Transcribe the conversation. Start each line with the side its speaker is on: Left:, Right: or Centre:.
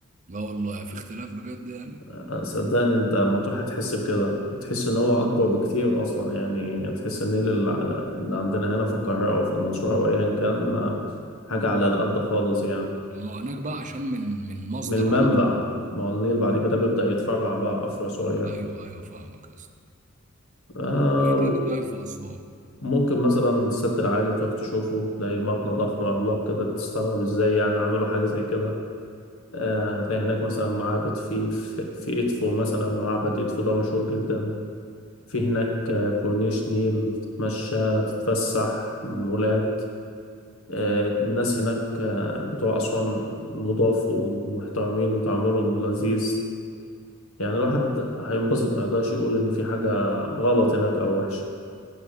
Right: لا والله في اختلاف بجد يعني
Left: آه، صدقني انت ما تروح هتحس بكده تحس ان هو اكبر بكتير اصلا يعني تحس النيل اللي على- اللي عندنا هنا في القاهرة او في المنصورة او ايا كان آه، حاجة على القد خالص يعني
Right: ما هو هناك بقى عشان من من مصدر
Left: من المنبع
Right: على طول
Left: ما هو النيل بعد كده بيبدأ يتفرع بقى أفرع صغير
Right: ايوه ايوه فاهمك يا اسطى
Left: آه
Right: وايه تاني طيب في اسوان
Left: ممكن مثلا السد العالي تروح تشوفه تلاقي مبنى ضخم عملاق كده تستغرب ازاي يعني عملوا حاجة زي كده آه، هتلاقي هناك مثلا معابد في في, في إدفو مثلا معبد إدفو ده مشهور جدا في هناك آه، كورنيش نيل تتمشى تتفسح مولات آه، الناس هناك آه، بتوع أسوان نضاف وم- ومحترمين وتعاملهم لذيذ يعني الواحد هينبسط ما يقدرش يقول إن في حاجة غلط هناك أو وحشة